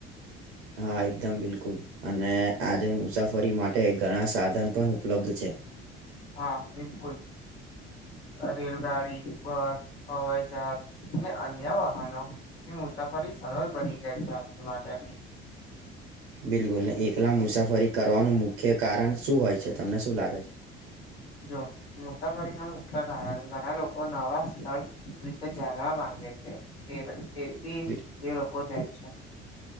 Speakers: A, on the right; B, on the left.
A: હા એકદમ બિલકુલ અને આજે મુસાફરી માટે ઘણા સાધન પણ ઉપલબ્ધ છે
B: હા બિલકુલ રેલગાડી બસ હવાઈ જહાજ અને અન્ય વાહનો મુસાફરી સરળ બની જાય છે આપણી માટે
A: બિલકુલ ને એકલા મુસાફરી કરવાનું મુખ્ય કારણ શું હોય છે તમને શું લાગે છે
B: જો મુસાફરી ન મુખ્ય કારણ
A: છે?
B: ઘણા લોકો લોકો નવા સ્થળ વિશે જાણવા માંગે છે એ એ
A: બિલ
B: એ લોકો જાય છે